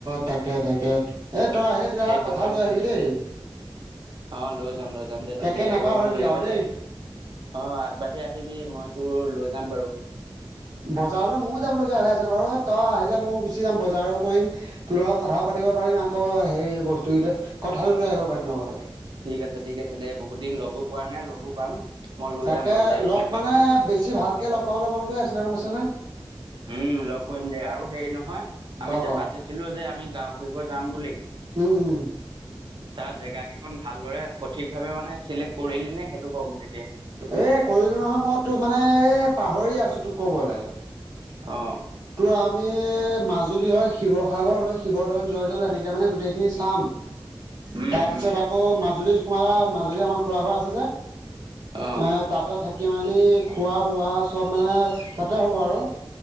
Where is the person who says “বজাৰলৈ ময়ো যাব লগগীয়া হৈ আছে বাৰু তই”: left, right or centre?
Right